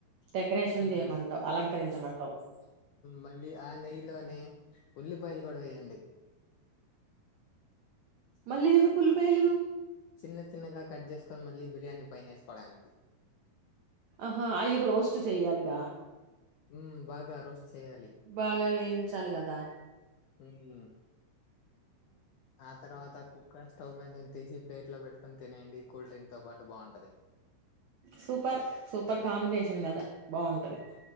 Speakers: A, on the right; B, on the left.
A: డెకరేషన్
B: హ్మ్.
A: చేయమంటావు, అలకరించమన్ టాస్.
B: మళ్ళీ ఆ నెయ్యిలోనే, ఉల్లిపాయలు కూడా వెయ్యండి.
A: మళ్ళీ ఎందుకు ఉల్లిపాయలు.
B: చిన్న చిన్నగా కట్ జేసుకొని మళ్ళీ బిర్యానీ పైనే వేసుకోవడానికి
A: ఆహా అయి రోస్ట్ చెయ్యాలిగా
B: హ్మ్. బాగా రోస్ట్ చేయాలి.
A: బాగా వేయించాలి గదా
B: ఉ హ ఆ తర్వాత కుక్క స్టవ్ మీద తీసి ప్లేట్ లో పెట్టుకని తినేయండి కూల్ డ్రింక్ తో పాటు బాగుంటది
A: సూపర్ సూపర్ కాంబినేషన్ గదా బాగుంటది